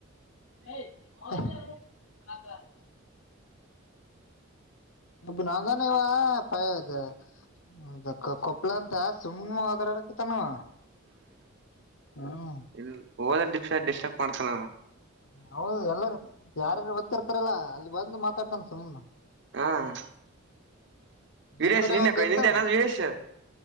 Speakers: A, on the left; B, on the right.
A: <unintelligible> ಒಬನಾದಾನೆ ಇವಾ ಪಯದೆ. ಅದಕ್ಕ ಕೊಪ್ಳ ಅಂತ ಸುಮ್ಮ್ ಅದ್ರಡಕತಾನವ ಹ್ಮ್.
B: ಎಲ್ ಹೋದ್ರೆ ಡಿಸ್ಟ್ ಡಿಸ್ಟರ್ಬ್ ಮಾಡ್ತನವ.
A: ನಾವು ಎಲ್ಲಾರ ಯಾರಾರು ಬತ್ತಿರ್ತಾರಲ್ಲಾ ಅಲ್ಲಿ ಬಂದು ಮಾತಾಡ್ತಾನ ಸುಮ್ನ.
B: ಹ್ಮ್. ವಿರೇಶ್
A: ನಿಮ್ ಕಡೆ
B: ನಿಂದೆ
A: ಒಬ್ಬ
B: ಕೈ
A: ಇರ್ತಾನಲ್ಲ
B: ನಿಂದೆ ನಾ <unintelligible>